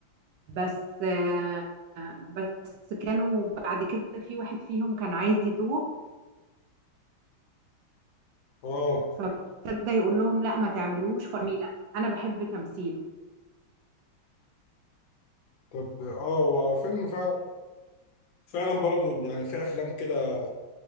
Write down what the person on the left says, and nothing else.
اه
طب اه هو فيلم فعلا فعلا برضه يعني في افلام كده